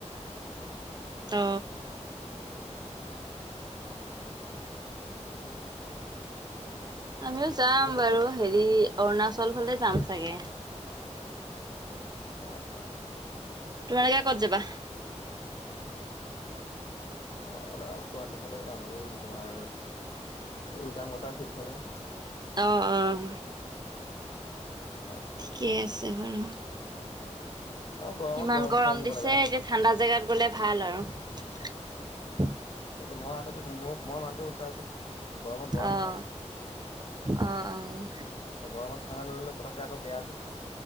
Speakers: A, on the right (about 35°); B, on the left (about 50°).
A: অ। আমিও যাম
B: তুমি ক'ত
A: বাৰু
B: যাবা
A: হেৰি অৰুণাচল ফালে যাম চাগে।
B: অ-অ।
A: তোমালোকে ক'ত যাবা?
B: মই অলপ গুৱাহাটী ফালে যাম। এই তোমাৰ এই উজান বজাৰ ফিল্ড খন যে।
A: অঁ-অঁ।
B: তাত যাম।
A: ঠিকে আছে বাৰু।
B: অলপ গৰমত
A: ইমান গৰম
B: খাই আহিব
A: দিছে।
B: লাগে ন
A: এতিয়া ঠাণ্ডা জেগাত গলে ভাল আৰু। <inaudible>
B: সেইটো মই আগতে মোৰ মই মানুহটো উল্টা যে। গৰমত গৰম
A: অ',
B: খাওঁ।
A: অ', অ',
B: গৰমত ঠাণ্ডা লৈ ললে পতককে আকৌ বেয়া যে।